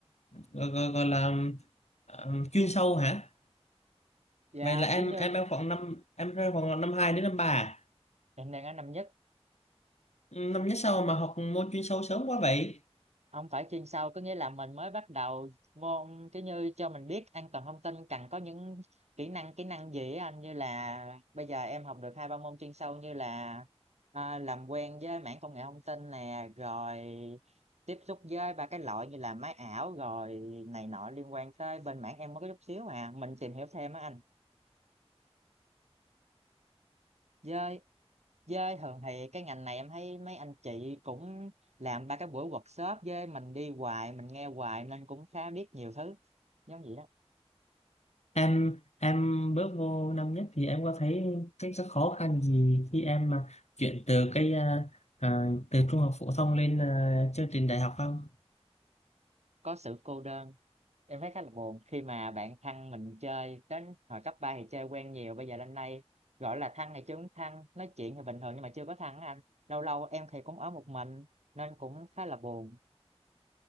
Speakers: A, on the left; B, on the right.
A: gọi, gọi, gọi là à, chuyên sâu hả
B: dạ
A: vậy là em
B: chứ như
A: em em khoảng năm em rơi khoảng năm hai đến năm ba à?
B: hiện đang ở năm nhất
A: năm nhất sau mà học môn chuyên sâu sớm quá vậy
B: ông phải chuyên sâu có nghĩa là mình mới bắt đầu môn chứ như cho mình biết an toàn thông tin cần có những kỹ năng kỹ năng gì á anh như là bây giờ em học được hai ba môn chuyên sâu như là à, làm quen với mảng công nghệ thông tin nè rồi tiếp xúc với ba cái loại như là máy ảo rồi này nọ liên quan tới bên mảng em mới có chút xíu mà mình tìm hiểu thêm á anh Với với thường thì cái ngành này em thấy mấy anh chị cũng làm ba cái buổi workshop với mình đi hoài mình nghe hoài nên cũng khá biết nhiều thứ giống vậy đó
A: em em bước vô năm nhất thì em có thấy cái, cái khó khăn gì khi em mà chuyển từ cái à, à, từ trung học phổ thông lên à, chương trình đại học không
B: có sự cô đơn em thấy khá là buồn khi mà bạn thân mình chơi đến hồi cấp 3 thì chơi quen nhiều bây giờ lên đây gọi là thân thì chứ không thân nói chuyện thì bình thường nhưng mà chưa có thân á anh lâu lâu em thì cũng ở một mình nên cũng khá là buồn